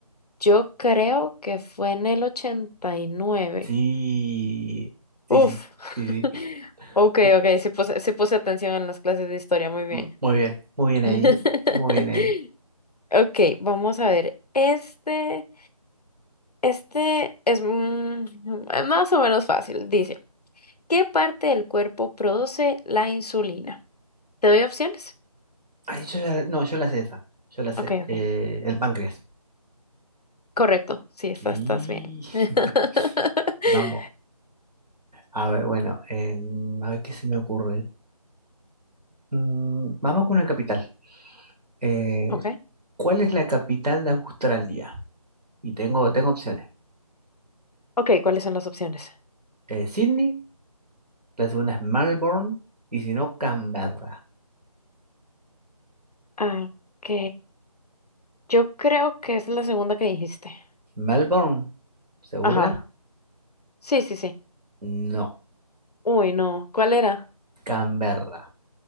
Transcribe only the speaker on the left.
Yo creo que fue en el 89.
Uf.
<laughs>
Ok,
ok, se puse, se puso atención en las clases de historia, muy bien.
<laughs>
Ok, vamos a ver. Este, este es mm, más o menos fácil. Dice, ¿qué parte del cuerpo produce la insulina? ¿Te doy opciones?
Ok, ok.
Correcto, sí, estás,
estás bien. <laughs>
Ok,
ok, ¿cuáles son las opciones?
Ah, Ok, yo creo que es la segunda que dijiste.
Ajá, sí, sí, sí.
Uy, no, ¿cuál era?